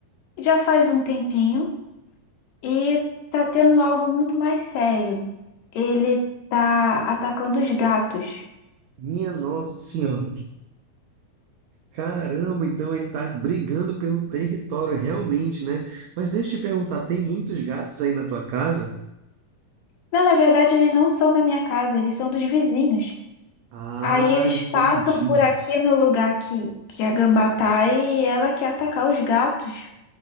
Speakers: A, on the left; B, on the right.
A: Já faz um tempinho e tá tendo algo muito mais sério. Ele tá atacando os gatos.
B: Minha Nossa Senhora. Caramba, então ele tá brigando pelo território realmente, né? Mas deixa eu te perguntar, tem muitos gatos aí na tua casa?
A: Não, na verdade, eles não são da minha casa, eles são dos vizinhos.
B: Ah,
A: Aí eles
B: entendi.
A: passam por aqui no lugar que, que a gambá tá e ela quer atacar os gatos.